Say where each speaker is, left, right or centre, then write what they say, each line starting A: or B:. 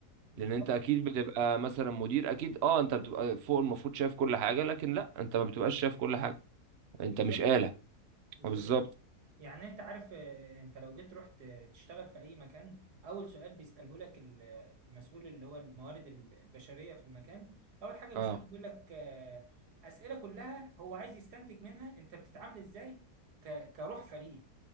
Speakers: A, on the right; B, on the right.
A: بالظبط
B: لان انت اكيد بتبقى مثلا مدير اكيد اه انت بتبقى فوق المفروض شايف كل حاجه لكن لا انت ما بتبقاش شايف كل حاجه انت
A: بالظبط
B: مش آلة
A: بالظبط
B: بالظبط
A: يعني انت عارف آه، انت لو جيت رحت آه، تشتغل في اي مكان اول سؤال بيساله لك ال- آه، المسؤول اللي هو الموارد ال- البشريه في المكان اول حاجه بيسالك
B: اه
A: بيقول لك آه، اسئله كلها هو عايز يستنتج منها انت بتتعامل ازاي ك- كروح فريق